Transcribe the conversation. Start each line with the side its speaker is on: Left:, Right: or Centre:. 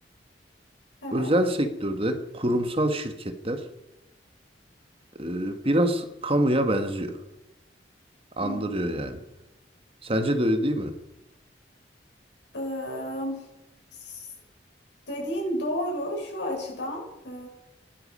Left: Evet,
Right: özel sektörde kurumsal şirketler e, biraz kamuya benziyor.
Left: anladım.
Right: Andırıyor yani. Sence de öyle değil mi?
Left: Ee, s- dediğin doğru şu açıdan. e,